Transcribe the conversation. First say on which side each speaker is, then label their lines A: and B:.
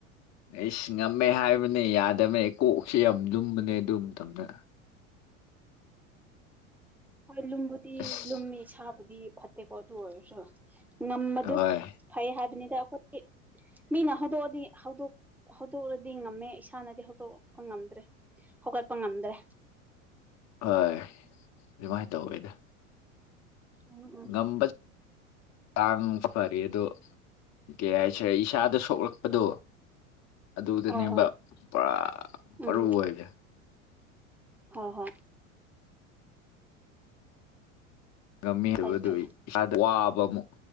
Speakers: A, on the left (about 40°); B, in the centre.
A: ꯑꯩ ꯁꯤꯡꯉꯝꯃꯦ ꯍꯥꯏꯕꯅꯦ ꯌꯥꯗꯕꯅꯦ ꯀꯣꯛꯁꯤꯦ ꯌꯥꯝ ꯂꯨꯝꯕꯅꯦ ꯑꯗꯨ ꯃꯇꯝꯗ
B: ꯍꯣꯏ ꯂꯨꯝꯕꯨꯗꯤ
A: ꯑꯁ
B: ꯂꯨꯝꯃꯤ ꯁꯥꯕꯨꯗꯤ ꯐꯠꯇꯦꯀꯣ ꯑꯗꯨ ꯑꯣꯏꯔꯁꯨ ꯉꯝꯕꯗꯨ
A: ꯍꯣꯏ
B: ꯐꯩ ꯍꯥꯏꯕꯅꯤꯗ ꯑꯩꯈꯣꯏꯒꯤ ꯃꯤꯅ ꯍꯧꯗꯣꯛꯑꯗꯤ ꯍꯧꯗꯣꯛ ꯍꯧꯠꯇꯣꯛꯂꯗꯤ ꯉꯝꯃꯦ ꯏꯁꯥꯅꯗꯤ ꯍꯧꯠꯇꯣꯛꯄ ꯉꯝꯗ꯭ꯔꯦ ꯍꯧꯒꯠꯄ ꯉꯝꯗ꯭ꯔꯦ
A: ꯍꯣꯏ ꯑꯗꯨꯃꯥꯏꯅ ꯇꯧꯋꯦꯗ
B: ꯎꯝ ꯎꯝ
A: ꯉꯝꯕ ꯇꯥꯡꯁꯨ ꯐꯔ ꯑꯗꯣ ꯀꯩ ꯍꯥꯏꯁꯔꯦ ꯏꯁꯥꯗ ꯁꯣꯛꯂꯛꯄꯗꯣ ꯑꯗꯨꯗꯅꯦꯕ
B: ꯍꯣꯏ ꯍꯣꯏ
A: ꯄꯨꯔꯥ ꯃꯔꯨ
B: ꯎꯝ
A: ꯑꯣꯏꯕꯦ
B: ꯍꯣꯏ ꯍꯣꯏ
A: ꯉꯝꯃꯤ ꯍꯥꯏꯕꯗꯨ
B: ꯐꯩ ꯐꯩ
A: ꯏꯁꯥꯗ ꯋꯥꯕ ꯑꯃꯨꯛ